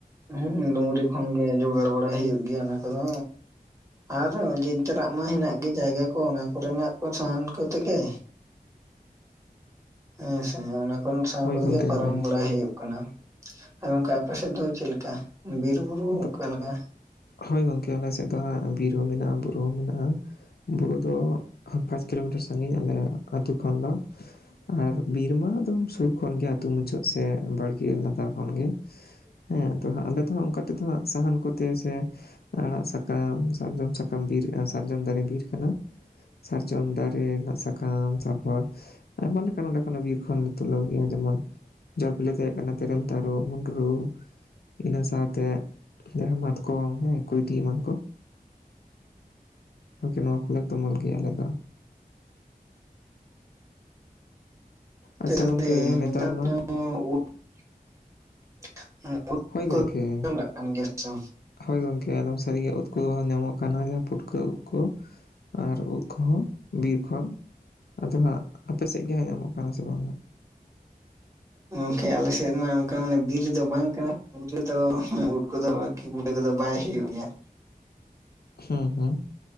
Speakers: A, on the right (about 20°); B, on the left (about 85°).
A: ᱦᱩᱸ ᱰᱩᱝᱨᱤ ᱠᱷᱚᱱᱜᱮ ᱡᱚᱜᱟᱲ ᱵᱟᱲᱟ ᱦᱩᱭᱩᱜ ᱜᱮᱭᱟ ᱚᱱᱟ ᱠᱚᱫᱚ ᱟᱨ ᱡᱮ ᱡᱟᱨᱟᱜ ᱢᱟ ᱦᱮᱱᱟᱜ ᱜᱮ ᱡᱟᱭᱜᱟ ᱠᱚ ᱚᱱᱟ ᱠᱚᱨᱮᱱᱟᱜ ᱠᱚ ᱥᱟᱦᱟᱱ ᱠᱚ ᱛᱮᱜᱮ᱾ ᱦᱮᱸᱥᱮ ᱚᱱᱟ ᱠᱷᱚᱱ ᱥᱟᱦᱟᱱ
B: ᱦᱳᱭ
A: ᱠᱚᱛᱮ
B: ᱜᱚᱝᱠᱮ
A: ᱜᱮ ᱯᱟᱨᱚᱢ
B: ᱦᱳᱭ
A: ᱵᱟᱲᱟᱭ ᱦᱩᱭᱩᱜ ᱠᱟᱱᱟ ᱟᱨ ᱜᱚᱝᱠᱟ ᱟᱯᱮ ᱥᱮᱜ ᱫᱚ ᱪᱮᱜ ᱞᱮᱠᱟ ᱵᱤᱨ ᱵᱩᱨᱩ
B: ᱟᱫᱚ
A: ᱚᱠᱟ ᱞᱮᱠᱟ?
B: ᱦᱳᱭ ᱜᱚᱝᱠᱮ ᱟᱞᱮ ᱥᱮᱜ ᱫᱚ ᱦᱟᱸᱜ ᱵᱤᱨ ᱦᱚᱸ ᱢᱮᱱᱟᱜᱼᱟ ᱵᱩᱨᱩ ᱦᱚᱸ ᱢᱮᱱᱟᱜᱼᱟ᱾ ᱵᱩᱨᱩ ᱫᱚ ᱯᱟᱸᱪ ᱠᱤᱞᱳᱢᱤᱴᱟᱨ ᱥᱟᱺᱜᱤᱧ ᱟᱞᱮ ᱟᱛᱩ ᱠᱷᱚᱱ ᱫᱚ᱾ ᱟᱨ ᱵᱤᱨᱢᱟ ᱮᱠᱫᱚᱢ ᱥᱩᱨ ᱠᱷᱚᱱ ᱜᱮ ᱟᱛᱩ ᱢᱩᱪᱟᱹᱫ ᱥᱮ ᱵᱟᱲᱜᱮ ᱞᱟᱛᱟᱨ ᱠᱷᱚᱱ ᱜᱮ᱾ ᱦᱮᱸ ᱟᱫᱚ ᱦᱟᱜ ᱟᱞᱮ ᱫᱚᱦᱟᱸᱜ ᱚᱱᱠᱟ ᱛᱮᱫ ᱫᱚ ᱦᱟᱸᱜ ᱥᱟᱦᱟᱱ ᱠᱚᱛᱮ ᱥᱮ ᱟᱲᱟᱜ ᱥᱟᱠᱟᱢ ᱥᱟᱨᱡᱚᱢ ᱥᱟᱠᱟᱢ ᱵᱤᱨ ᱥᱟᱨᱡᱚᱢ ᱫᱟᱨᱮ ᱵᱤᱨ ᱠᱟᱱᱟ᱾ ᱥᱟᱨᱡᱚᱢ ᱫᱟᱨᱮ ᱨᱮᱱᱟᱜ ᱥᱟᱠᱟᱢ ᱛᱟᱨᱯᱚᱨ ᱟᱭᱢᱟ ᱞᱮᱠᱟᱱ ᱚᱸᱰᱮ ᱠᱷᱚᱱ ᱵᱤᱨ ᱠᱷᱚᱱ ᱞᱮ ᱛᱩᱞᱟᱹᱣ ᱜᱮᱭᱟ ᱡᱮᱢᱚᱱ ᱡᱚ ᱵᱤᱞᱤ ᱛᱟᱦᱮᱸ ᱠᱟᱱᱟ ᱛᱮᱨᱮᱞ ᱛᱟᱨᱩᱵ ᱵᱷᱩᱸᱰᱨᱩ ᱤᱱᱟᱹ ᱥᱟᱶᱛᱮ ᱡᱟᱦᱟᱸ ᱢᱟᱛᱠᱚᱢ ᱦᱮᱸ ᱠᱚᱩᱭᱰᱤ ᱮᱢᱟᱱ ᱠᱚ <inaudible> ᱞᱮ ᱛᱩᱢᱟᱹᱞ ᱜᱮᱭᱟ ᱟᱞᱮ ᱫᱚ᱾ ᱟᱪᱪᱷᱟ
A: <inaudible>
B: ᱜᱚᱝᱠᱮ
A: ᱱᱮᱛᱟᱨ
B: ᱢᱟ
A: ᱫᱚ ᱩᱫ <inaudible>
B: ᱦᱳᱭ ᱜᱚᱝᱠᱮ ᱦᱳᱭ ᱜᱚᱝᱠᱮ ᱟᱫᱚᱢ ᱥᱟᱹᱨᱤᱜᱮ ᱩᱫ ᱠᱚ ᱧᱟᱢᱚᱜ ᱠᱟᱱᱟ ᱡᱟᱦᱟᱸ ᱯᱩᱴᱠᱟᱹ ᱩᱫ ᱠᱚ᱾ ᱟᱨ ᱩᱫ ᱠᱚᱦᱚᱸ ᱵᱤᱨ ᱠᱷᱚᱱ᱾ ᱟᱫᱚ ᱦᱟᱸᱜ ᱟᱯᱮ ᱥᱮᱫ ᱜᱮ ᱦᱟᱸᱜ ᱧᱟᱢᱚᱜ ᱠᱟᱱᱟ ᱥᱮ ᱵᱟᱝ?
A: ᱜᱚᱝᱠᱮ ᱟᱞᱮᱥᱮᱫ ᱢᱟ ᱚᱱᱠᱟ ᱢᱚᱱᱮ ᱵᱤᱨ ᱫᱚ ᱵᱟᱝ ᱠᱟᱱᱟ <inaudible> ᱩᱫ ᱠᱚᱫᱚ ᱚᱴᱮ ᱨᱮᱫᱚ ᱵᱟᱭ ᱦᱩᱭᱩᱜ ᱜᱮᱭᱟ᱾
B: ᱦᱩᱸ ᱦᱩᱸ